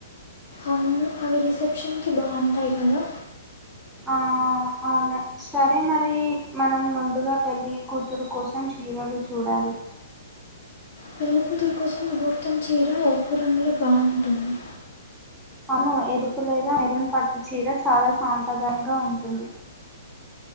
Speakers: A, on the left; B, in the centre.
A: అవును అవి రిసెప్షన్ కి బాగుంటాయి కదా
B: ఆ అవును సరే మరి మనం ముందుగా పెళ్లి కూతురు కోసం చీరలు చూడాలి
A: పెళ్లి కూతురు కోసం ముహూర్తం చీర ఎర్పు రంగులో బాగుంటుంది
B: అను ఎరుపు లేద మెరూన్ పట్టు చీర చాలా సాంప్రదాయంగా ఉంటుంది.